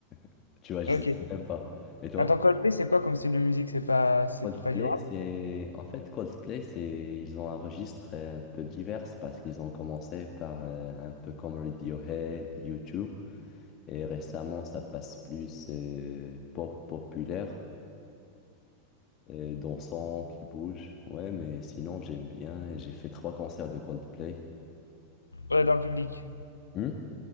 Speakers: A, on the left (about 35°); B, on the left (about 80°).
A: <laughs> tu vois, j'hésite
B: Ok.
A: même pas. Et toi?
B: Attends, Coldplay c'est quoi comme style de musique? C'est pas, c'est
A: Coldplay,
B: pas du rap?
A: c'est... En fait, Coldplay, c'est... Ils ont un registre euh, un peu divers parce qu'ils ont commencé par euh, un peu comme Radiohead, U2, et récemment, ça passe plus euh, pop populaire, et dansant, qui bouge. Ouais, mais sinon, j'aime bien et j'ai fait trois concerts de Coldplay.
B: Euh, dans le public,
A: Hmm